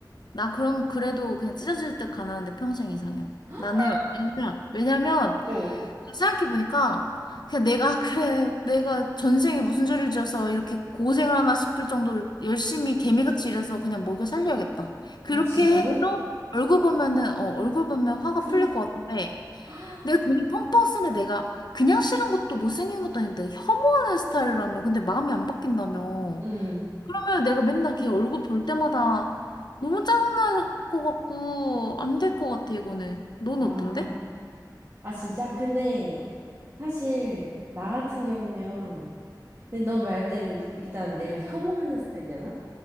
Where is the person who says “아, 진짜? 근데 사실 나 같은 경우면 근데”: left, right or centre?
Right